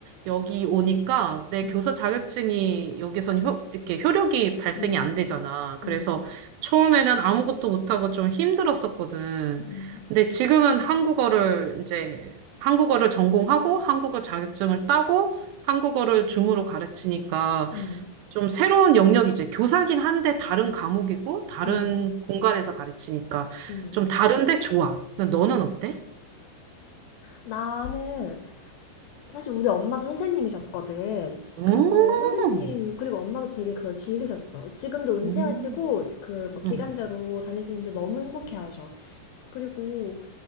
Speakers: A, on the right; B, on the left.
A: 여기 오니까 내
B: 음,
A: 교사 자격증이 여기선 효, 이렇게 효력이 발생이
B: 음,
A: 안 되잖아. 그래서
B: 음,
A: 처음에는 아무것도 못하고 좀 힘들었었거든.
B: 음,
A: 근데 지금은 한국어를 이제 한국어를 전공하고 한국어 자격증을 따고 한국어를 줌으로 가르치니까
B: 음,
A: 좀 새로운 영역이 이제 교사긴 한데 다른 과목이고 다른
B: 음,
A: 공간에서 가르치니까
B: 음.
A: 좀 다른데 좋아. 너는 어때?
B: 나는 사실 우리 엄마도 선생님이셨거든.
A: 음,
B: 그래서 음. 선생님, 그리고 엄마도 되게 그걸 즐기셨어. 지금도 은퇴하시고,
A: 음,
B: 그, 뭐 기간제로
A: 음,
B: 다니시는데 너무 행복해 하셔. 그리고,